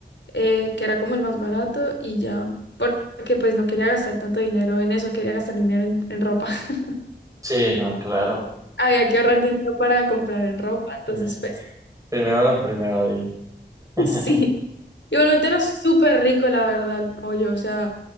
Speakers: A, on the left; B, on the right.
A: eh, que era como el más barato y ya. Por- Porque pues no quería gastar tanto dinero en eso, quería gastar dinero en, en ropa. <laughs>
B: Sí, no, claro.
A: Había que ahorrar dinero para comprar en ropa, entonces
B: Sí.
A: pues
B: Primero lo primero, di. <laughs>
A: <laughs> sí. Igualmente era súper rico, la verdad, el pollo. O sea,